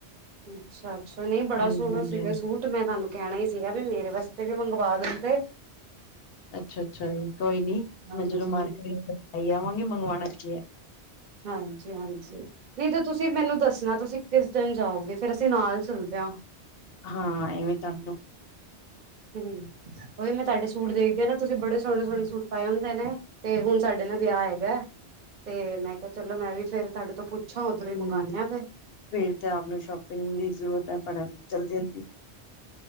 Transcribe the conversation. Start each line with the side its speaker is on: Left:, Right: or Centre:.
Right: ਅੱਛਾ -ਅੱਛਾ ਨਈ, ਬੜਾ
Left: ਹਾਂਜੀ
Right: ਸੋਹਣਾ
Left: ਹਾਂਜੀ
Right: ਸੀਗਾ ਸੂਟ। ਮੈਂ ਤੁਹਾਨੂੰ, ਕਹਿਣਾ ਹੀ ਸੀਗਾ ਵੀ ਮੇਰੇ ਵਾਸਤੇ ਵੀ ਮੰਗਵ ਦਿਂਦੇ
Left: ਅੱਛਾ, - ਅੱਛਾ ਜੀ ਕੋਈ ਨੀ
Right: ਹਾਂਜੀ
Left: ਮੈਂ ਜਦੋਂ ਮਾਰਕੀਟ ਜਾਵਾਂਗੀ, ਮੰਗਵਾਉਣਾ ਕੀ ਹੈ।
Right: ਹਾਂਜੀ- ਹਾਂਜੀ ਨ ਤੁਸੀਂ ਮੈਨੂੰ ਦੱਸਣਾ, ਤੁਸੀਂ ਕਿਸ ਦਿਨ ਜਾਓਗੇ, ਫੇਰ ਅਸੀਂ ਨਾਲ ਚੱਲਦੇ ਹਾਂ
Left: ਹਾਂ ਐਵੇਂ ਤਾ ਤਾਨੂੰ
Right: ਹੂੰ ਉਹ ਵੀ, ਮੈਂ ਤੁਹਾਡੇ ਸੂਟ ਦੇਖਦੀ ਹਾ ਨਾ, ਤੁਸੀਂ ਬੜੇ, ਸੋਹਣੇ -ਸੋਹਣੇ ਸੂਟ ਪਾਏ ਹੁੰਦੇ ਨੇ, ਤੇ ਹੁਣ ਸਾਡੇ ਨਾ ਵਿਆਹ, ਹੈਗਾ ਤੇ ਮੈਂ ਤੇ ਚਲੋ, ਮੈਂ ਵੀ ਫੇਰ ਤੁਡੇ ਤੋਂ ਪੁੱਛਾਂ, ਉਧਰੋਂ ਹੀ
Left: ਹਮ
Right: ਮੰਗਵਾਉਂਦੇ ਆਫਿਰ
Left: ਫੇਰ ਤਾ‌ ਆਪ ਨੂੰ ਸ਼ੋਪਿੰਗ ਦੀ ਜ਼ਰੂਰਤ ਐ, ਫੜਾ ਜਲਦੀ, ਜਲਦੀ